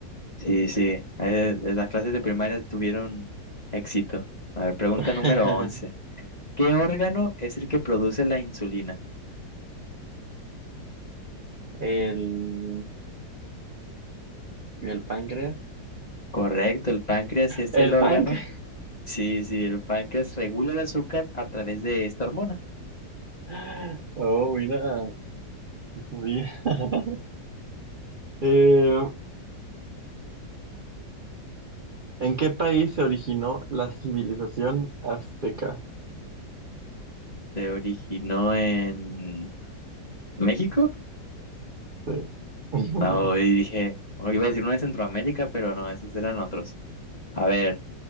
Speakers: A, on the left; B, on the right.
A: Sí, sí. Eh, eh, Las clases de primaria tuvieron éxito. A ver, pregunta
B: <laughs>
A: número 11. ¿Qué órgano es el que produce la insulina?
B: el, el páncreas.
A: Correcto, el páncreas es
B: El
A: el órgano
B: páncreas.
A: Sí, sí, el páncreas regula el azúcar a través de esta hormona.
B: <laughs> Oh, mira. Bien. <laughs> Eh, <clears throat> ¿en qué país se originó la civilización azteca?
A: Se originó en México.
B: Sí. <laughs>
A: No, y dije, bueno, iba a decir uno de Centroamérica, pero no, esos eran otros. A ver,